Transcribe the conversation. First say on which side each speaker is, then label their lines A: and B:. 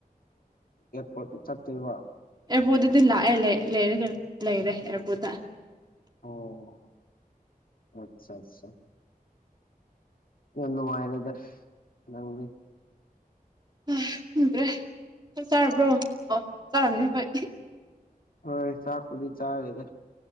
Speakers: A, on the left (about 70°); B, on the right (about 30°).
A: ꯄꯣꯠꯇ ꯆꯥꯠꯇꯣꯏꯕ
B: ꯑꯦꯌꯥꯔꯄꯣꯠꯇꯗꯤ ꯂꯥꯛꯑꯦ ꯂꯩꯔ ꯂꯩꯔꯒ ꯂꯩꯔꯦ ꯑꯦꯌꯥꯔꯄꯣꯠꯇ
A: ꯑꯣ ꯑꯆꯥ ꯑꯆꯥ ꯌꯥꯝ ꯅꯨꯡꯉꯥꯏꯔꯦꯗ ꯅꯪꯗꯤ
B: ꯪꯈꯪꯗ꯭ꯔꯦ ꯆꯥꯛ ꯆꯥꯔꯕ꯭ꯔꯣ ꯑꯣ ꯆꯥꯔꯝꯅꯤ ꯍꯣꯏ
A: ꯍꯣꯏ ꯆꯥꯛꯄꯨꯗꯤ ꯆꯥꯔꯦꯗ